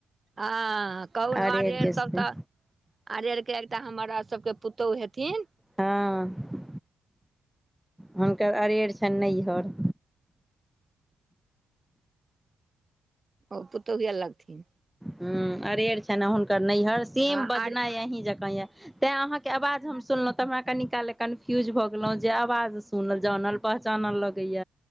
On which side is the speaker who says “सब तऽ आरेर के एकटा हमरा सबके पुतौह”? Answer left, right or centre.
Right